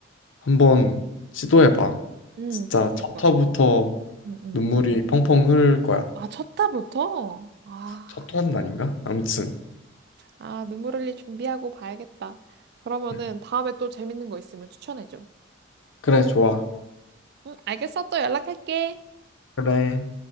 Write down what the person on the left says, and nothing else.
한번 시도해봐.
진짜
첫 화부터
눈물이 펑펑 흐를 거야.
첫 화는 아닌가? 아무튼.
응.
그래, 좋아.
그래.